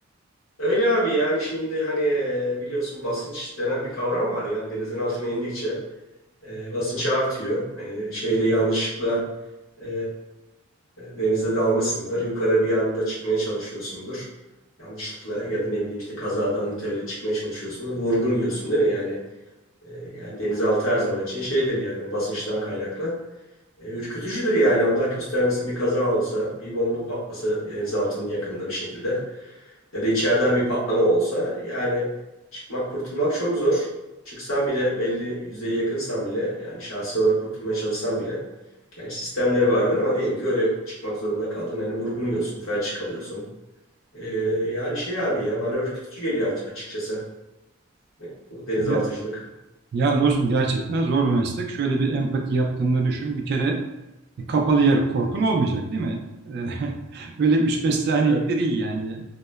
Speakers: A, on the left; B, on the right.
A: Öyle abi yani şimdi hani e, biliyorsun basınç denen bir kavram var. Yani denizin altına indikçe e, basınç artıyor. E, şeyde yanlışlıkla e, denize dalmışsındır. Yukarı bir anda çıkmaya çalışıyorsundur. Yanlışlıkla ya da ne bileyim işte kazadan mütevellit çıkmaya çalışıyorsundur. Vurgun yiyorsun değil mi? Yani e, yani denizaltı her zaman için şeydir yani o basınçtan kaynaklı. E, ürkütücüdür yani Allah göstermesin bir kaza olsa, bir bomba patlasa denizaltının yakınında bir şekilde ya da içeriden bir patlama olsa yani çıkmak kurtulmak çok zor. Çıksan bile belli yüzeye yakınsan bile yani şahsi olarak kurtulmaya çalışsan bile gerçi sistemleri vardır ama diyelim ki öyle çıkmak zorunda kaldın. Hani vurgunuyorsun, felç kalıyorsun. E, yani şey abi ya bana ürkütücü geliyor aç- açıkçası E, bu denizaltıcılık.
B: Ya, ya dostum gerçekten zor bir meslek. Şöyle bir empati yaptığını düşün. Bir kere E, kapalı yer korkun olmayacak değil mi? E, <laughs> Öyle üç beş saniyelik
A: Yani
B: de değil yani.